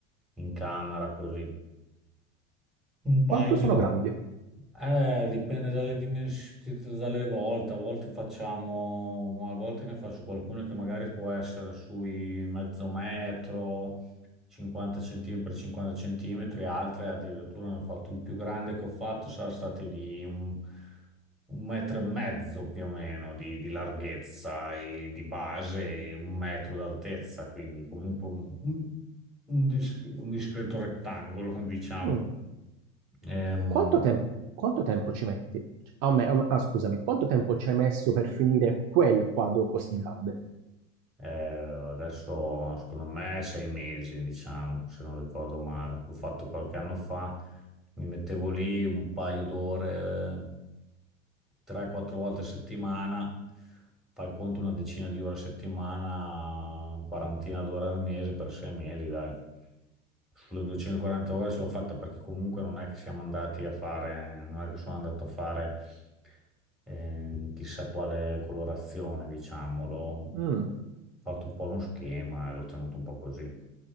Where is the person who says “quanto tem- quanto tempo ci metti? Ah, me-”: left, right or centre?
Right